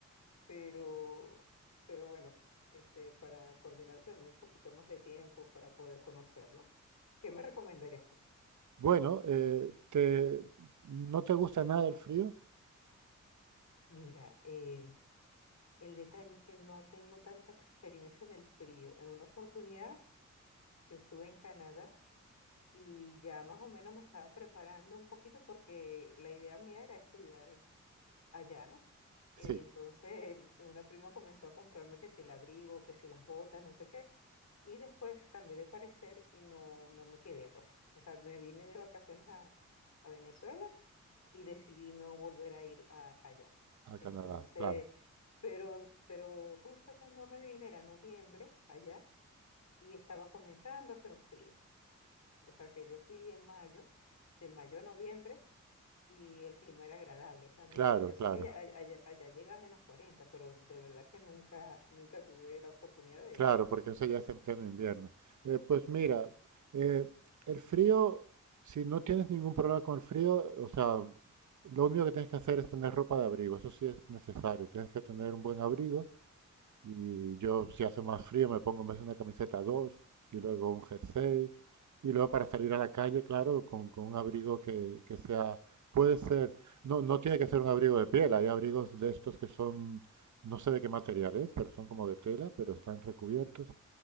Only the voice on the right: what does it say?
Bueno, eh, te, ¿no te gusta nada el frío?
Sí,
a
Canadá, claro.
Claro,
claro,
claro, porque eso ya es en pleno invierno. Eh, pues mira, eh, el frío, si no tienes ningún problema con el frío, o sea, lo único que tienes que hacer es tener ropa de abrigo, eso sí es necesario, tienes que tener un buen abrigo Y yo, si hace más frío, me pongo en vez de una camiseta dos y luego un jersey. Y luego para salir a la calle, claro, con, con un abrigo que, que sea, puede ser, no, no tiene que ser un abrigo de piel, hay abrigos de estos que son, no sé de qué material es, pero son como de tela, pero están recubiertos.